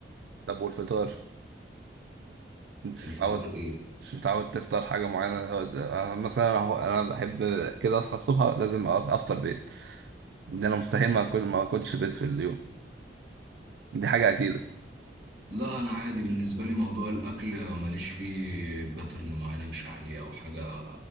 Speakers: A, on the right; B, on the right.
A: طب والفطار انت مش
B: الفطار
A: متعود
B: ايه
A: مش متعود تفطر حاجه معينه هو ده- أنا مثلا انا هو- أنا بحب كده اصحى الصبح لازم أ- افطر بيض ده انا مستحيل ما اكل ما اكلش بيض في اليوم دي حاجه اكيده
B: لا انا عادي بالنسبه لي موضوع الاكل ماليش فيه باترن معينه مش عليه او حاجه